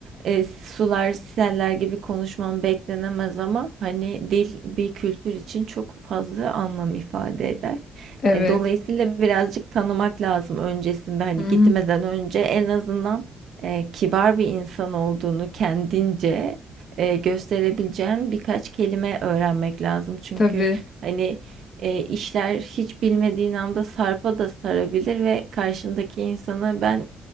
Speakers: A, on the right; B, on the left.
A: e, sular seller gibi konuşman beklenemez ama hani dil bir kültür için çok fazla anlam ifade eder.
B: Evet.
A: E, dolayısıyla birazcık tanımak lazım öncesinde hani
B: Hı hı.
A: gitmeden önce en azından e, kibar bir insan olduğunu kendince e, gösterebileceğin birkaç kelime öğrenmek lazım. Çünkü
B: Tabii.
A: hani e, işler hiç bilmediğin anda sarpa da sarabilir ve karşındaki insana ben